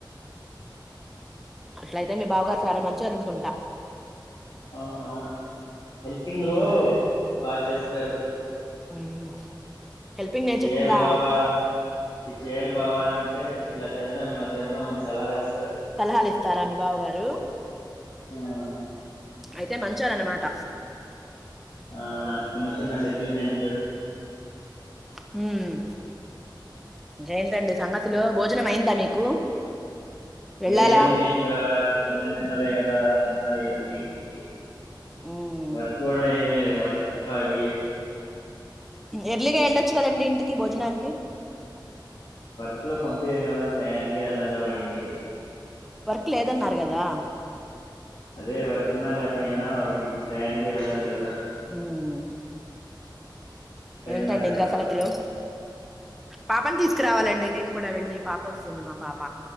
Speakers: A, in the centre; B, on the left (about 60°).
A: అట్లయితే మీ బావ గారు చాలా మంచోరు అనుకుంటా
B: అవును అవును హెల్పింగ్
A: హ్మ్
B: లో బా చేస్ సరు
A: హ్మ్ హెల్పిింగ్ నేచర్
B: చేయాలి
A: ఉందా
B: బావా ఇది చేయ్యాలి బావా అంటే ఇలా చేద్దాం ఇలా చేద్దాం అని సలహా ఇస్తారు
A: సలహాలు ఇస్తారా మీ బావ గారు
B: ఆ
A: అయితే మంచారన్నమాట
B: ఆ చిన్న చిన్న సెటిల్మెంట్లు
A: హ్మ్ జైంతండి సంగతులు భోజనం అయిందా మీకు వెళ్ళాలా
B: లేదండి ఇంకా పన్నెండు నరే గా దా తెన్నాలి వెళ్లి ఇంటికి
A: హ్మ్
B: వర్క్ కూడ ఏ లేదు ఇవాళ్ళ కాలి ఏ
A: ఎర్లీగా ఎళ్ళొచ్చు కదండి ఇంటికి భోజనానికి
B: ఇంట్లో పంపిరు కదా టాయనికె వెళ్ళాలి ఇంటికి
A: వర్క్ లేదన్నారు కదా
B: అదే వర్కున్న లేకపోయినా వాటింటికి టాయానికే వెళ్ళాలి కదా
A: హ్మ్
B: టైం
A: ఏంటండి
B: దాటి వెళ్ళకూడదు
A: ఇంకా సంగతులు పాపనీ తీసుకురావాలండి నేను కూడ వెళ్లి పాప్ వస్తుంది మా పాప,